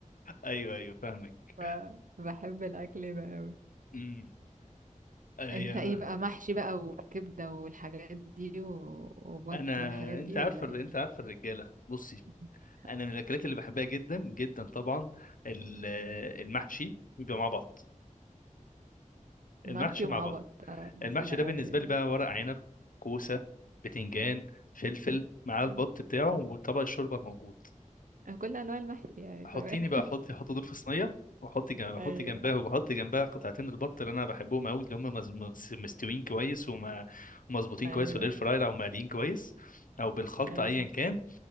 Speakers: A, on the left; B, on the right.
A: ايوه ايوه فاهمك
B: فبحب الاكل ده قوي
A: امم أيوة.
B: انت ايه بقى محشي بقى وكبده والحاجات دي و- وبط
A: انا
B: والحاجات دي
A: انت عارفه
B: ولا
A: انت
B: ايه
A: عارفه الرجاله بصي
B: <laughs>
A: انا من الاكلات اللي بحبها جدا جدا طبعا ال- المحشي بيبقى مع بط
B: المحشي
A: المحشي
B: ومع
A: مع بط
B: بط اه ده
A: المحشي
B: سيما
A: ده بالنسبه
B: قوي يعني.
A: لي بقى ورق عنب كوسه بتنجان
B: آه،
A: فلفل مع البط
B: آه،
A: بتاعه وطبق الشوربه الموجود
B: آه. <laughs> كل انواع المحشي يعني
A: حطيني
B: تمام
A: بقى حطي حطي دول في صينيه وحطي جنب حطي
B: <laughs> ايوه
A: جنبها وحطي جنبها قطعتين البط اللي انا بحبهم قوي اللي هم مز- مز- مستويين كويس وما- ومظبوطين
B: ايوه
A: كويس في الاير فراير او مقليين كويس او بالخلطه
B: ايوه
A: ايا كان